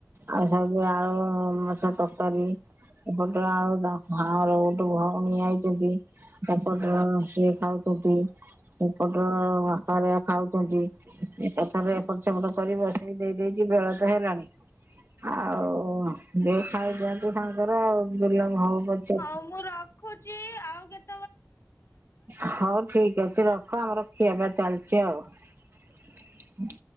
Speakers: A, on the right (about 50°); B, on the left (about 55°).
A: ଆଉ ସବୁ ଆଳୁ ମାଛ ତରକାରୀ। ଏପଟରେ ଆଉାଁର ଗୋଟେ ଭଉଣୀ ଆଇଛନ୍ତି। ତାପରସେ ଖାାଉକଦି <inaudible> ଖାଉଛନ୍ତି ପଛରେ ଏପଟ ସେପଟ କରିବ ସେ ଦେଇ ଦେଇ ବେଳ ତ ହେଲାଣି ଆଉ ଦେଉ ଖାଇଦିଅନ୍ତୁ ସାଙ୍ଗରେ ଆଉ ବୁଲମ ହଉ ପଛେ
B: ହଁ ମୁଁ ରଖୁଛି ଆଉ କେତେ
A: ହ ଠିକ ଅଛି ରଖ ଆମର ଖିଆ ପିଆ ଚାଲିଛି ଆଉ।